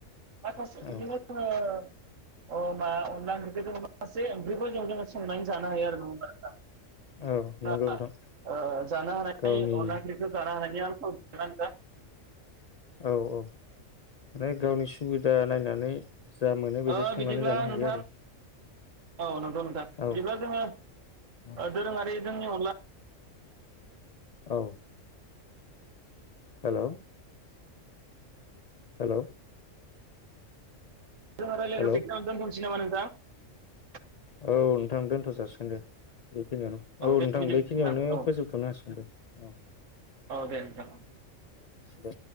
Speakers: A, on the right; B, on the left.
A: माखासे बिदिनो
B: औ
A: जोङो। अ मा अनला ओंख्रिखौ <unintelligible> मासे ओंख्रिफोरजों जोङो संनानै जानो हायो आरो नंआ होनबा नोंथां?
B: औ
A: <unintelligible>
B: नंगौ नोंथां
A: ओ जानो हानाय
B: गावनि
A: अनला ओंख्रिखो जानो हानाय। <unintelligible>
B: औ औ। <unintelligible> गावनिस। सुबिदा नायनानै जा मोनो बेजों
A: ओ
B: संनानै
A: बिदिब्ला
B: जानो हायो
A: नोंथां औ नंगौ नोंथां
B: आरो
A: बिदिब्ला जोङो ओ
B: औ
A: दोरोङारि। जोंनि अनला।
B: औ। हेल' हेल'
A: जों रायलायखो
B: हेलौ
A: बेखिनियावनो दोनथनिसै नामानों - <unintelligible>
B: औ नोंथां दोनथ जाासिगोन दे बेखिनियावनो औ
A: दे
B: नोंथां
A: बिदिब्ला
B: बेखिनियावनो
A: नोंथां औ
B: फोजोबथनो हासिगोन दे औ।
A: औ दे नोंथां
B: दे।